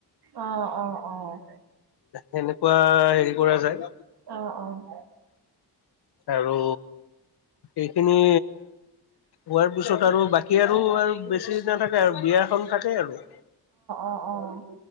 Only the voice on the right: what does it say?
অ', অ', অ'।
অ', অ'।
অ', অ',